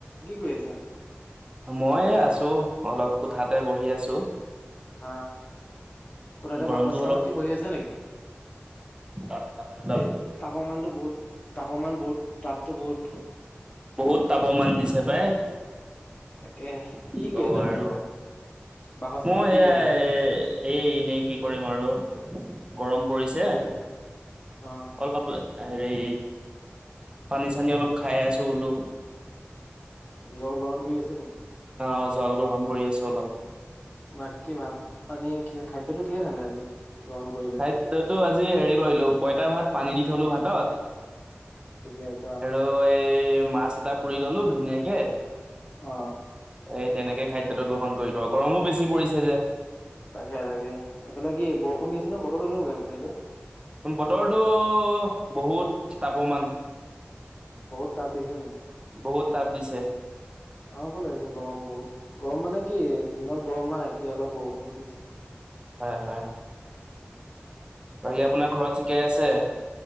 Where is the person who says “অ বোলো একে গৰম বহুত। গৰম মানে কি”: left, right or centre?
Left